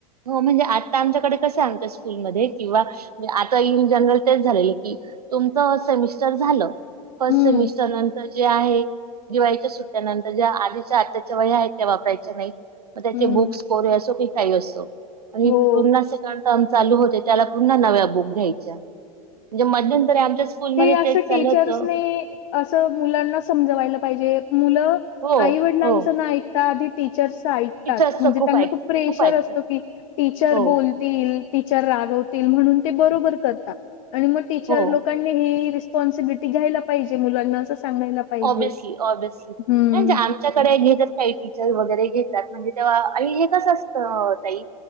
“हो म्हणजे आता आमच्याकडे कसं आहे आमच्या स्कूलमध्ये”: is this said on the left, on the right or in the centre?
Right